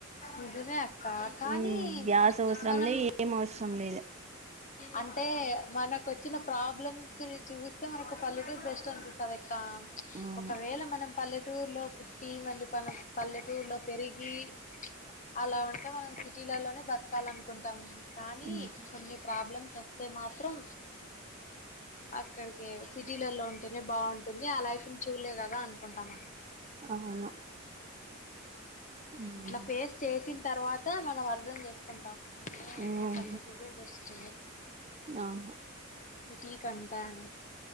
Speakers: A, on the left; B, on the right.
A: నిజమే అ అక్క కానీ
B: ఉమ్, గ్యాస్ అవసరం
A: మనం
B: లే ఏం అవసరం లేదు
A: అంటే మనకు వచ్చిన ప్రాబ్లమ్స్ ని చూస్తే మనకు పల్లెటూరు బెస్ట్ అనిపిస్తుంది ఇక్క
B: అవును
A: ఒకవేళ మనం పల్లెటూరులో పుట్టి మళ్లీ మనం పల్లెటూరులో పెరిగి అలా ఉంటే మనం సిటీలలోనే బతకాల అనుకుంటాము కానీ
B: ఉమ్,
A: కొన్ని ప్రాబ్లమ్స్ వస్తాయి వస్తే మాత్రం అక్కడికి సిటీలలో ఉంటేనే బాగుంటుంది ఆ లైఫ్ని చూల్లే కదా అనుకుంటాం
B: అవును ఉమ్,
A: అట్లా ఫేస్ చేసి తర్వాత మనం అర్థం చేసుకుంటాం అయిన
B: ఉమ్,
A: మన పల్లెటూరే బెస్ట్
B: అవును
A: సిటీ కంటాం